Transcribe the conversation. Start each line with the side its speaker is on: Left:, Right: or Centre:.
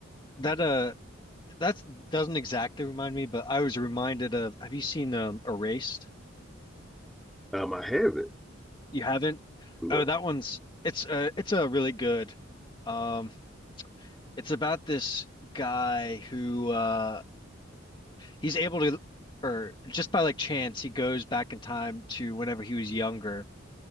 Left: that uh that doesn't exactly remind me, but I was reminded of have you seen um Erased?
Centre: Um I haven't.
Left: You haven't?
Centre: No.
Left: Oh, that one's it's uh it's a really good. Um, it's about this guy who uh he's able to, or just by like chance, he goes back in time to whenever he was younger.